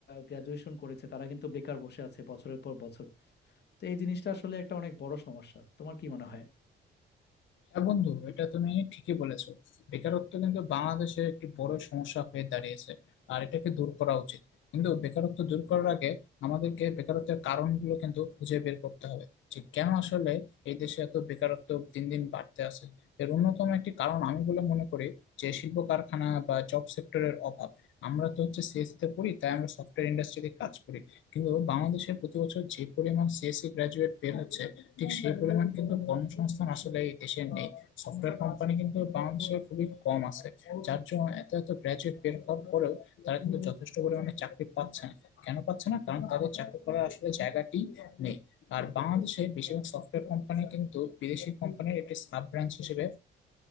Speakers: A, on the left; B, on the left.
A: গ্রাজুয়েশন করেছে তারা কিন্তু বেকার বসে আছে বছরের পর বছর তো এই জিনিসটা আসলে একটা অনেক বড় সমস্যা তোমার কি মনে হয়
B: হ্যাঁ বন্ধু এটা তুমি ঠিকই বলেছো বেকারত্ব কিন্তু বাংলাদেশে একটি বড় সমস্যা হয়ে দাঁড়িয়েছে আর এটাকে দূর করা উচিত কিন্তু বেকারত্ব দূর করার আগে আমাদেরকে বেকারত্বের কারণগুলো কিন্তু খুঁজে বের করতে হবে যে কেন আসলে এই দেশে এত বেকারত্ব দিন দিন বাড়তে আছে এর অন্যতম একটি কারণ আমি বলে মনে করি যে শিল্প কারখানা বা জব সেক্টরের অভাব আমরা তো হচ্ছে সিএসসি তে পড়ি তাই আমরা সফটওয়্যার ইন্ডাস্ট্রিতে কাজ করি কিন্তু বাংলাদেশে প্রতি বছর যে পরিমাণ সিএসসি গ্রাজুয়েট বের হচ্ছে ঠিক সেই পরিমাণ কিন্তু কর্মসংস্থান আসলে এই দেশে নেই সফটওয়্যার কোম্পানি কিন্তু বাংলাদেশে খুবই কম আছে যার জন্য এত এত গ্র্যাজুয়েট বের হওয়ার পরেও তারা কিন্তু যথেষ্ট পরিমাণে চাকরি পাচ্ছে না কেন পাচ্ছে না কারণ তাদের চাকরি করার আসলে জায়গাটি নেই আর বাংলাদেশে বেশিরভাগ সফটওয়্যার কোম্পানি কিন্তু বিদেশি কোম্পানির একটি সাব ব্রাঞ্চ হিসেবে